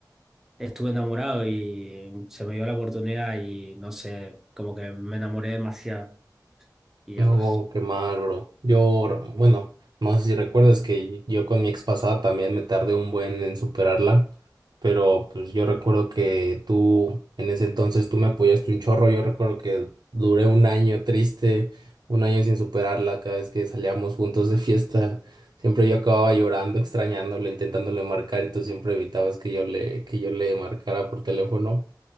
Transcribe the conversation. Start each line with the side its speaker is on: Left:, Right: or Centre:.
Centre: estuve enamorado y se me dio la oportunidad y no sé, como que me enamoré demasiado y
Right: No,
Centre: ya pues.
Right: qué mal, bro. Yo, r- bueno, no sé si recuerdas que yo con mi ex pasada también me tardé un buen en superarla, pero pues yo recuerdo que tú, en ese entonces tú me apoyaste un chorro, yo recuerdo que duré un año triste, un año sin superarla, cada vez que salíamos juntos de fiesta, siempre yo acababa llorando, extrañándola, intentándole marcar y tú siempre evitabas que yo le, que yo le marcara por teléfono.